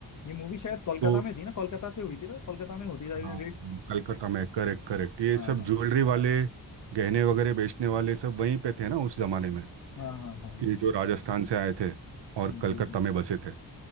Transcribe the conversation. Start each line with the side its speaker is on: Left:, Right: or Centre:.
Left: ये मूवी शायद कोलकाता
Right: तो
Left: में थी ना कोलकाता से हुई थी ना कोलकाता में होती सारी
Right: हाँ
Left: रेट्स
Right: कलकत्ता में करेक्ट करेक्ट ये
Left: हाँ
Right: सब
Left: हाँ
Right: ज्वेलरी वाले गहने वगैरह बेचने वाले सब वहीं पे थे ना उस जमाने में
Left: हाँ हाँ हाँ
Right: ये जो राजस्थान से आए थे और कलकत्ता
Left: जी जी
Right: में बसे थे